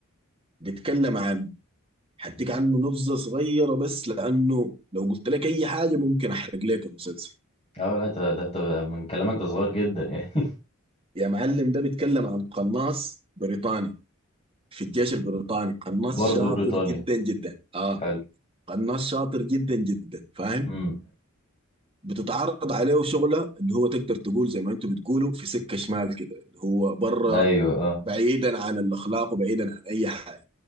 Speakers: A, on the right; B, on the left.
A: بيتكلم عن هديك عنه نبذة صغيرة بس لأنه لو قلت لك أي حاجة ممكن أحرق لك المسلسل
B: اه لا ده ده أنت من كلامك ده صغير جدا يعني
A: يا معلم ده بيتكلم عن قناص بريطاني في الجيش البريطاني قناص
B: <laughs> برضه
A: شاطر
B: بريطانيا
A: جدا جدا آه
B: حلو
A: قناص شاطر جدا جدا فاهم
B: امم
A: بتتعرض عليه شغلة اللي هو تقدر تقول زي ما انتوا بتقولوا في سكة شمال كده اللي هو بره
B: ايوه اه
A: بعيدا عن الأخلاق وبعيدا عن أي حاجة